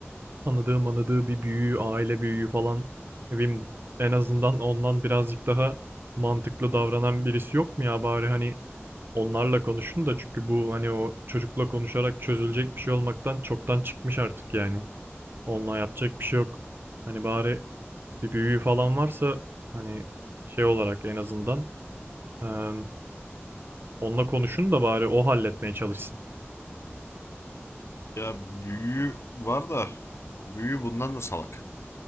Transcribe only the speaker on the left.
Ya büyüğü var da büyüğü bundan da salak.